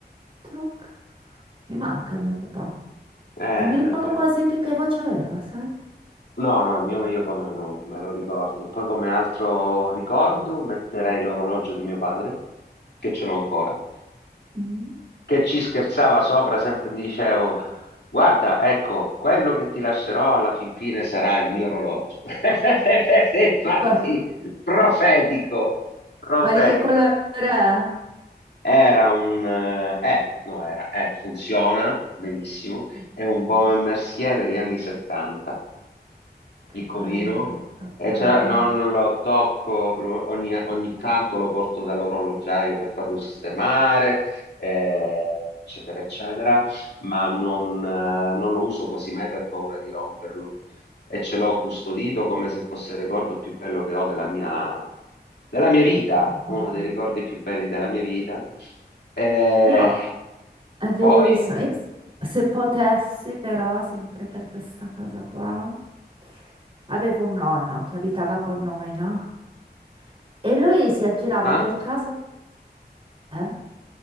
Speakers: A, on the right (about 30°); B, on the left (about 80°).
A: truc. Mi manca il mio papà.
B: Eh,
A: Non mi ricordo
B: anche...
A: quasi più che voce aveva, sai?
B: No, no, il mio io come no, me lo ricordo. Poi come altro ricordo metterei l'orologio di mio padre, che ce l'ho ancora,
A: Mm.
B: che ci scherzava sopra, sempre mi dicevo, guarda, ecco, quello che ti lascerò alla fin fine sarà il mio orologio. <laughs> Infatti,
A: Poi-
B: profetico, profetico.
A: Ma di che colore è?
B: Era un... Eh, eh, no, era, eh, funziona benissimo,
A: Mhm.
B: è un Baume Mercier degli anni 70.
A: Che
B: piccolino.
A: bella questa
B: E
A: cosa.
B: c'era- no, non lo tocco, lo- ogni, ogni tanto lo porto dall'orologiaio per farlo sistemare, eh, eccetera, eccetera, ma non, eh, non lo uso quasi mai per paura di romperlo. E ce l'ho custodito come se fosse il ricordo più bello che ho della mia, della mia vita,
A: Madonna.
B: uno dei ricordi più belli della mia vita. Eh,
A: Io è bellissimo.
B: poi,
A: Io s- se potessi, però, sempre per questa cosa qua, avevo un nonno che abitava con noi, no? E lui si aggirava
B: ah,
A: per casa. Eh?